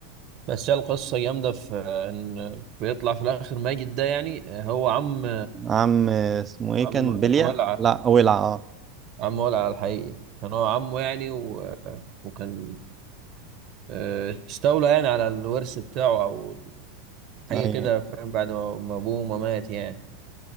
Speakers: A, on the right (about 50°); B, on the right (about 30°).
A: بس هي القصه جامده في ان بيطلع في الاخر ماجد ده يعني هو عم
B: عم اسمه ايه
A: عم
B: كان بليا
A: ولع
B: لا ولع اه
A: عم ولع الحقيقي كان هو عمه يعني و... وكان آه، استولى يعني على الورث بتاعه او حاجه
B: ايوه
A: كده فاهم بعد ما ما ابوه ما مات يعني